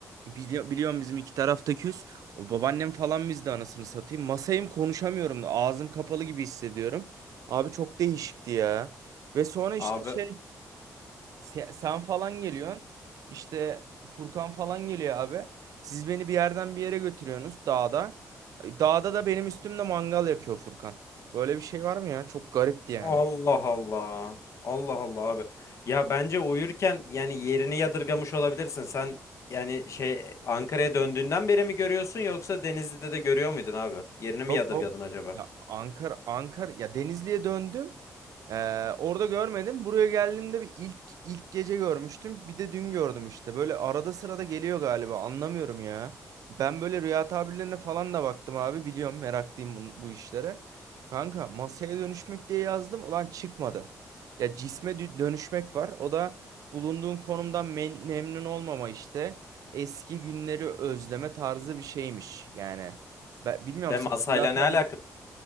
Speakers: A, on the right; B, on the left.
A: bili biliyorum bizim iki tarafta küs. O babaannem falan bizde anasını satayım. Masayım konuşamıyorum da ağzım kapalı gibi hissediyorum. Abi çok değişikti ya. Ve sonra işte
B: Abi.
A: şey Se- Sen falan geliyorsun. İşte Furkan falan geliyor abi. Siz beni bir yerden bir yere götürüyorsunuz dağda. Dağda da benim üstümde mangal yakıyor Furkan. Böyle bir şey var mı ya? Çok garipti yani.
B: Allah Allah. Allah Allah abi. Ya bence uyurken yani yerini yadırgamış olabilirsin. Sen yani şey Ankara'ya döndüğünden beri mi görüyorsun yoksa Denizli'de de görüyor muydun abi? Yerini mi
A: Yok
B: yadırgadın
A: yok.
B: acaba?
A: Ya Ankara Ankara ya Denizli'ye döndüm. Ee, orada görmedim. Buraya geldiğimde bir ilk ilk gece görmüştüm. Bir de dün gördüm işte. Böyle arada sırada geliyor galiba. Anlamıyorum ya. Ben böyle rüya tabirlerine falan da baktım abi. Biliyorum meraklıyım bu, bu işlere. Kanka masaya dönüşmek diye yazdım. Ulan çıkmadı. Ya cisme dü- dönüşmek var. O da bulunduğun konumdan men- memnun olmama işte. Eski günleri özleme tarzı bir şeymiş. Yani ben bilmiyorum
B: De
A: sen
B: masayla
A: Rüya tabirleri,
B: ne alakası